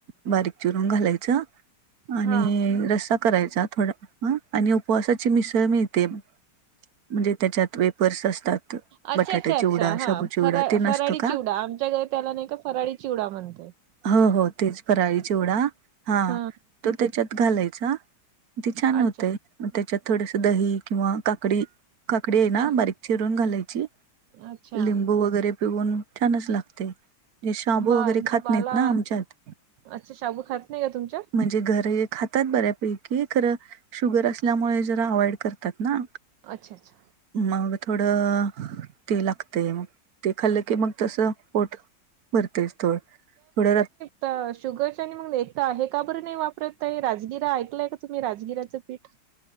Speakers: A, on the right; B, on the right.
A: बारीक चिरून घालायचं आणि
B: हा
A: रस्सा करायचा थोडा, हां आणि उपवासाची मिसळ मिळते, म्हणजे त्याच्यात वेपर्स असतात
B: अच्छा-अच्छा-अच्छा,
A: बटाटा चिवडा, शाबू
B: हां
A: चिवडा
B: फ
A: ते नसतो
B: फराळी
A: का
B: चिवडा, आमच्याकडे त्याला नाही का फराळी चिवडा म्हणतात.
A: हो-हो, तेच फराळी चिवडा हां
B: हा
A: तो त्याच्यात घालायचा, ते छान
B: हा अच्छा
A: होतंय. मग त्याच्यात थोडसं दही किंवा काकडी, काकडी आहे
B: अ
A: ना बारीक चिरून घालायची.
B: अच्छा
A: लिंबू वगैरे पिळुन छानचं लागते. हे शाबू
B: म
A: वगैरे खात
B: मला
A: नाहीत ना आमच्यात
B: अच्छा! शाबू खात नाही का तुमच्यात?
A: म्हणजे घरी खातात बऱ्यापैकी, खरं शुगर असल्यामुळे जरा अवॉइड करतात ना.
B: अच्छा! अच्छा!
A: मग थोडं ते लागतंय मग, ते खाल्लं की मग तसं पोट भरतयचं थोड, थोड
B: तर शुगरच्या आणि मग एका हे का बरं नाही वापरत राजगिरा ऐकलंय का तुम्ही राजगिराचं पीठ?